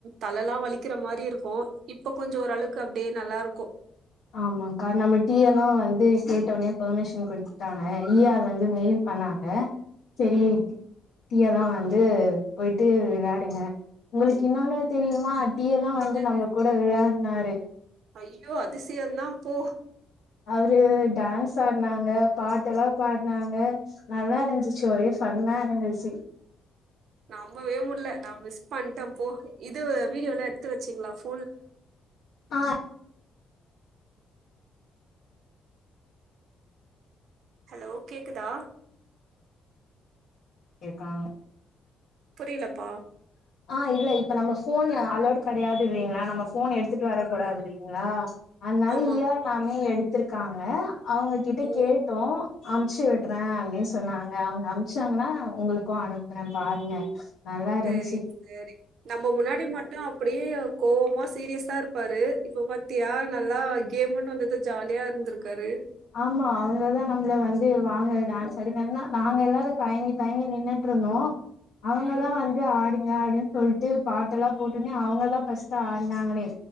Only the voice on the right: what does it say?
தலலா வலிக்கிற மாரி இருக்கு இப்ப கொஞ்ச ஓரளவுக்கு அப்படியே நல்லா இருக்கு
ம்
என்னது
ஐயோ அதுசயதா போ
நம வே முடல நா மிஸ் பண்ணிட்டே போ இது வீடியோல எடுத்து வச்சீங்களா ஃபோ
ஹலோ கேக்குதா
புரியலப்பா
ஓ
ஆமாமா
ஓ
சேரி சேரி நம்ம முன்னாடி மட்டு அப்பிடியே கோவமா சீரியஸா இருக் பாரு இப்ப பத்தியா நல்லா கேமுன்னு வந்தது ஜாலியா இருந்திருக்காரு
ம்